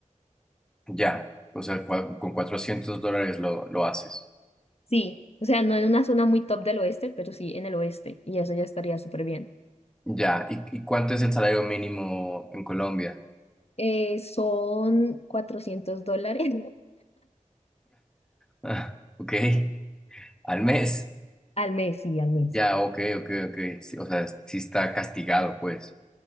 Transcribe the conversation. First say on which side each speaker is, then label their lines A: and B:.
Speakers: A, in the centre; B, on the left (about 50°).
A: Ya, o sea, cua- con 400 dólares lo, lo haces.
B: Sí. O sea, no en una zona muy top del oeste, pero sí en el oeste. Y eso ya estaría súper bien.
A: Ya, ¿Y, y cuánto es el salario mínimo en Colombia? <laughs>
B: Eh, son 400 dólares
A: Ah, ok, al mes.
B: <laughs> al mes, sí, al mes.
A: Ya, ok, ok, ok. Sí, o sea, sí está castigado, pues.